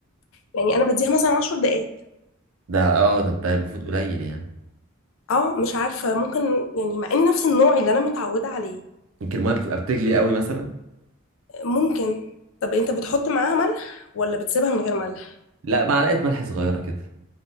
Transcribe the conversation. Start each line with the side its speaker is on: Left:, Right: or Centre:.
Left: يعني انا بديها مثلا عشر دقايق
Right: ده اه ده ده المفروض قليل يعني
Left: اه مش عارفة ممكن يعني مع اني نفس النوع اللي انا متعودة عليه
Right: يمكن الميه بتبقى بتغلي قوي مثلا
Left: ممكن طب انت بتحط معاها ملح ولا بتسيبها من غير ملح
Right: لا معلقه ملح صغيره كده